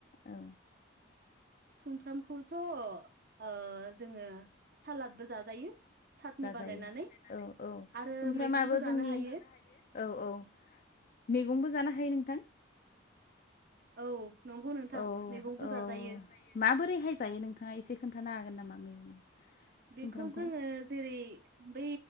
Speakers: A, on the left; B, on the right.
A: औ
B: सुमफ्रामखौथ' ओ जोंङो सालादबो जा यो सातनि
A: जाजायो
B: बानायनानै
A: औ औ
B: आरो
A: सुमफ्रामाबो
B: मैगंबो
A: जोंनि
B: जानो हायो।
A: औ - औ मैगंबो जानो हायो नोंथां
B: औ नंगौ नोंथां
A: औ
B: मैगंबो
A: - औ
B: जाजायो
A: माबोरैहाय जायो नोंथांङा एसे खोन्थानो हागोन नामा मैगं
B: बेखौ
A: सुमफ्रामखौ
B: जोंङो जेरै बै